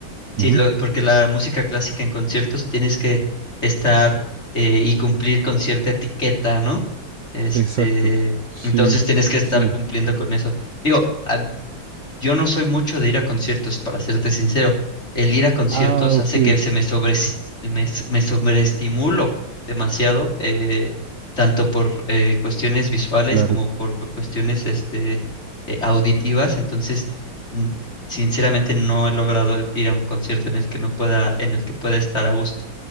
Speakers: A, on the left (about 35°); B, on the right (about 75°).
A: Sí,
B: Ujú.
A: lo- porque la música clásica en conciertos tienes que estar eh, y cumplir con cierta etiqueta, ¿no? Este,
B: Exacto. Sí,
A: entonces tienes que estar
B: sí.
A: cumpliendo con eso. Digo, yo no soy mucho de ir a conciertos, para serte sincero. El ir a conciertos
B: Ah, ok.
A: hace que se me sobre, me, s- me sobreestimulo demasiado, eh, tanto por eh, cuestiones visuales
B: Claro.
A: como por cuestiones este, eh, auditivas. Entonces, mm, sinceramente no he logrado ir a un concierto en el que no pueda, en el que pueda estar a gusto,